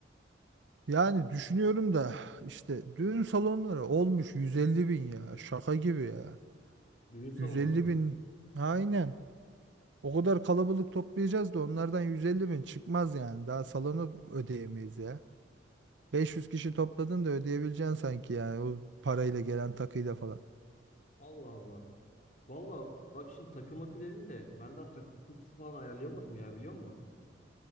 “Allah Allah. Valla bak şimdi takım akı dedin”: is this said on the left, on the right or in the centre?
Left